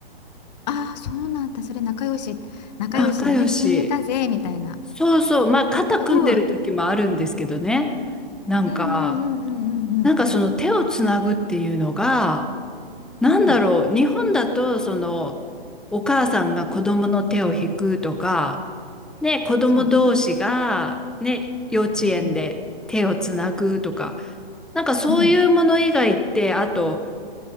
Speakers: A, on the left; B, in the centre.
A: ああ、そうなんだ。それ仲良し、仲良しだね。
B: 仲良し。
A: 親友だぜ、みたいな。
B: そうそう、まあ肩組んでる時もあるんですけどね。
A: すごい。
B: なんか、
A: うんうんうんうんうんうん
B: なんかその手をつなぐっていうのが、なんだろう、
A: うん。うん。
B: 日本だと、その、お母さんが子供の手を引くとか、ね、子供同士が、
A: そうね。
B: ね、幼稚園で手をつなぐとか、
A: うんうん
B: なんかそういうもの以外って、
A: うん。うん。
B: あと、